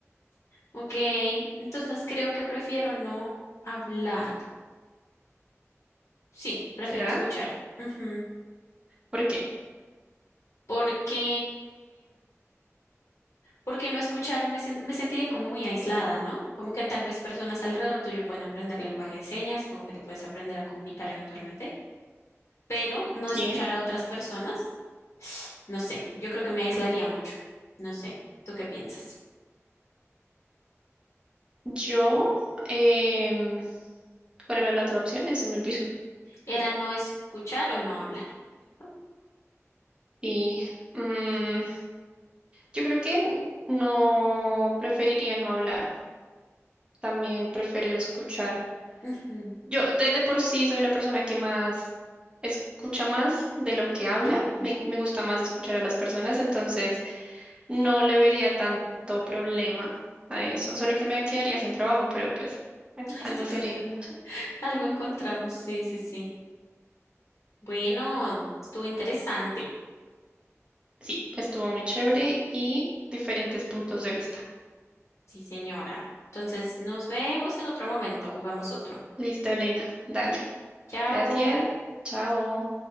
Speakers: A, on the left; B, on the right.
A: Ok, entonces creo que prefiero no hablar. Sí, prefiero
B: ¿Será?
A: escuchar. Ujú.
B: ¿Por qué?
A: porque, porque no escuchar me, sen- me sentiría como muy aislada, ¿no? Como que tal vez personas alrededor tuyo pueden aprender lenguaje de señas y como que te puedes aprender a comunicar eventualmente, pero no escuchar
B: Sí.
A: a otras personas, no sé, yo creo que me aislaría mucho, no sé, ¿tú qué piensas?
B: Yo, em, ¿cuál era la otra opción? Ya se me olvidó.
A: Era no escuchar o no hablar, ¿cierto?
B: Y mm, yo creo que no preferiría no hablar. También prefiero escuchar.
A: Ujú,
B: Yo de, de por sí soy una persona que más escucha más de lo que habla.
A: de lo que habla.
B: Me, me gusta más escuchar a las personas, entonces no le vería tanto problema a eso. Solo que me quedaría sin trabajo, pero pues eh,
A: Ay,
B: algo
A: sí,
B: se haría.
A: <laughs> algo encontramos, sí, sí, sí. Bueno, estuvo interesante.
B: Sí, estuvo muy chévere y diferentes puntos de vista.
A: Sí, señora. Entonces, nos vemos en otro momento. Jugamos otro.
B: Listo, Elena. Dale.
A: Chao.
B: Gracias. Chao.